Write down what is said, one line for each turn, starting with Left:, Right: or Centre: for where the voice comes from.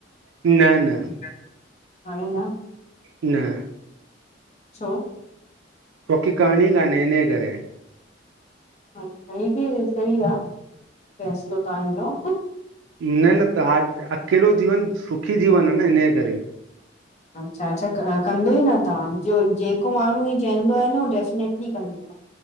Right: न न
Left: न, हाणे ना
Right: न
Left: छो
Right: मुख़े करणी काने इने करें
Left: ह सही ॿि सही आ फ़ैसलो तांजो
Right: न न त हा अकेलो जीवन सुखी जीवन आ न इञे करें
Left: अच्छा, अच्छा कंदों ई न तव्हां जो जेको माण्हूं ई चवंदो आहे न उ डेफिनेटली कंदो आ